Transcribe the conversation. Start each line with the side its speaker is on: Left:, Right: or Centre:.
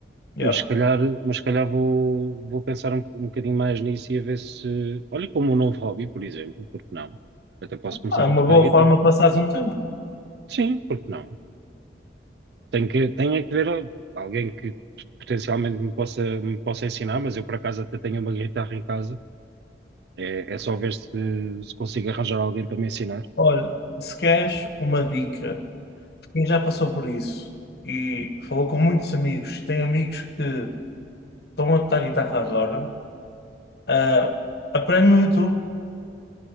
Left: yeah.
Right: Mas se calhar, mas se calhar vou, vou pensar um, um bocadinho mais nisso e a ver se. Olha, como um novo hobby, por exemplo, porque não? Até posso começar
Left: Ah, é uma
Right: a tocar
Left: boa
Right: guitarra.
Left: forma de passares um tempo.
Right: Sim, porque não? Tenho que, tenho é que ver al- alguém que potencialmente me possa, me possa ensinar, mas eu por acaso até tenho uma guitarra em casa. É, é só ver se, se consigo arranjar alguém para me ensinar.
Left: Olha, se queres uma dica, quem já passou por isso e falou com muitos amigos e tem amigos que estão a tocar guitarra agora, ah, aprende no YouTube.